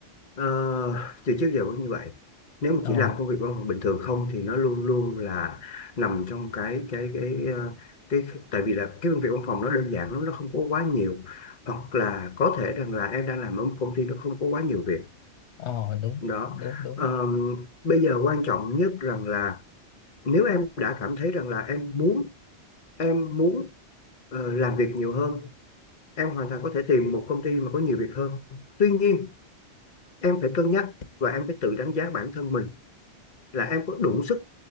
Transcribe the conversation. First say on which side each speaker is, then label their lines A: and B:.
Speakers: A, on the left; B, on the left.
A: ờ, từ trước giờ cũng như vậy nếu mà
B: ờ
A: chỉ làm công việc văn phòng bình thường không thì nó luôn luôn là nằm trong cái cái cái ờ, cái tại vì là cái công việc văn phòng nó đơn giản lắm nó không có quá nhiều hoặc là có thể rằng là em đang làm ở một công ty nó không có quá nhiều việc
B: ờ đúng
A: đó
B: đúng đúng
A: Ờ, bây giờ quan trọng nhất rằng là nếu em đã cảm thấy rằng là em muốn em muốn ờ, làm việc nhiều hơn em hoàn toàn có thể tìm một công ty mà có nhiều việc hơn tuy nhiên em phải cân nhắc và em phải tự đánh giá bản thân mình là em có đủ sức